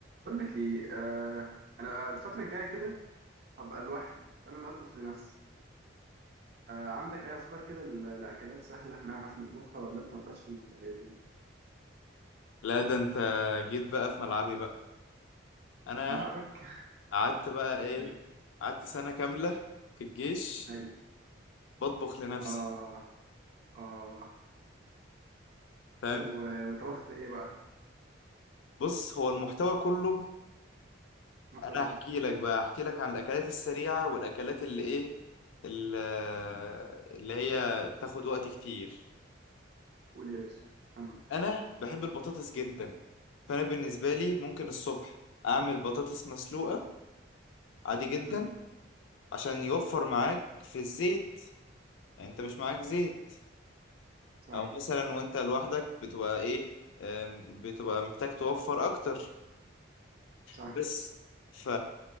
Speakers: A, on the right (about 50°); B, on the left (about 75°).
A: بقول لك ايه آه انا الفتره الجايه كده هبقى لوحدي فانا اللي هطبخ لنفسي آه عندك اي افكار كده ل- لاكلات سهله هنعرف نطبخها ولا انت ما بتعرفش تطبخ ولا ايه الدنيا
B: لا ده انت جيت بقى في ملعبي بقى انا
A: ملعبك
B: قعدت بقى ايه
A: <laughs> ايوه
B: قعدت سنة كاملة في الجيش
A: ايوه
B: بطبخ لنفسي
A: اه اه
B: فاهم
A: و- وطبخت ايه بقى
B: بص هو المحتوى كله
A: مكرونه
B: انا هحكي لك بقى هحكي لك عن الاكلات السريعة والاكلات اللي ايه ال- آه، اللي هي تاخد وقت كتير
A: قول يا باشا تمام
B: انا بحب البطاطس جدا فانا بالنسبة لي ممكن الصبح اعمل بطاطس مسلوقة عادي جدا
A: امم
B: عشان يوفر معاك في الزيت يعني انت مش معاك زيت
A: صح
B: او مثلا وانت لوحدك بتبقى ايه أم، بتبقى محتاج توفر اكتر
A: صح
B: بس ف